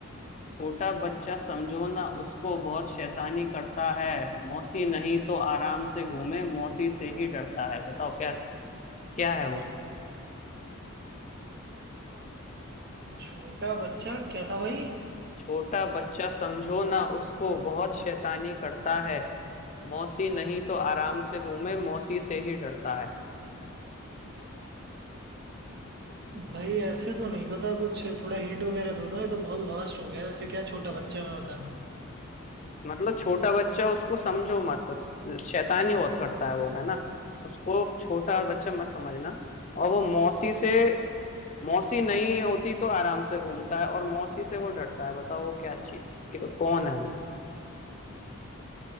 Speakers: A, on the left (about 30°); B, on the right (about 50°).
A: छोटा बच्चा समझो ना उसको बहुत शैतानी करता है मौसी नहीं तो आराम से घूमे मौसी से ही डरता है बताओ क्या क्या है वो
B: छोटा बच्चा क्या था भाई
A: छोटा बच्चा समझो ना उसको बहुत शैतानी करता है मौसी नहीं तो आराम से घूमे मौसी से ही डरता है
B: भाई ऐसे तो नहीं पता कुछ थोड़ा हिंट वगैरह दो ना ये तो बहुत वास्ट हो गया ऐसे क्या छोटा बच्चा मैं बता दूँ
A: मतलब छोटा बच्चा उसको समझो मत शैतानी बहुत करता है वो है ना उसको छोटा बच्चा मत समझना और वो मौसी से मौसी नहीं होती तो आराम से घूमता है और मौसी से वो डरता है बताओ वो क्या चीज कि कौन है वो